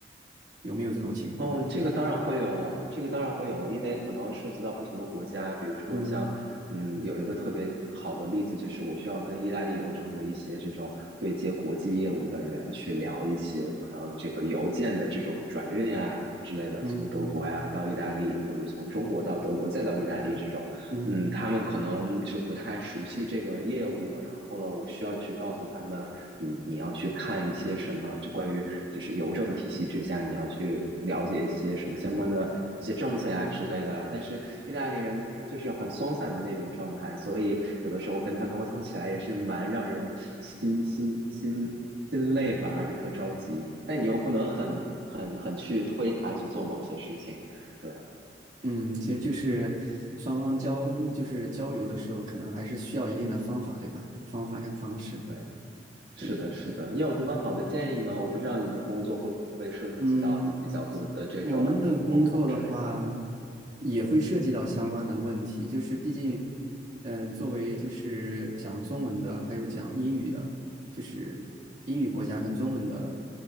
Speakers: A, on the right; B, on the right.
A: 有没有这种情况呢？
B: 嗯，这个当然会有了，这个当然会有了，因为可能涉及到不同的国家，比如说像，
A: 嗯
B: 嗯，有一个特别好的例子，就是我需要跟意大利邮政的一些这种对接国际业务的人去聊一些可能这个邮件的这种转运呀之类的，
A: 嗯
B: 从德国呀到意大利，或者是从中国到德国再到意大利这种，
A: 嗯
B: 嗯，他们可能就不太熟悉这个业务，然后了，我需要去告诉他们。你你要去看一些什么，就关于就是邮政体系之下，你要去了解一些什么相关的一些政策呀之类的。但是意大利人他就是很松散的那种状态，所以有的时候跟他沟通起来也是蛮让人心心心心累吧，而且特着急。但你又不能很很很去推他去做某些事情，对
A: 嗯，其实就是双方交就是交流的时候，可能还是需要一定的方法，对吧？方法跟方式，
B: 对。是的，
A: 对。
B: 是的，你有什么好的建议吗？我不知道你的工作会不会涉及到比较多的这种沟通之类的。
A: 嗯，我们的工作的话，也会涉及到相关的问题，就是毕竟，嗯，作为就是讲中文的，还有讲英语的，就是英语国家跟中文的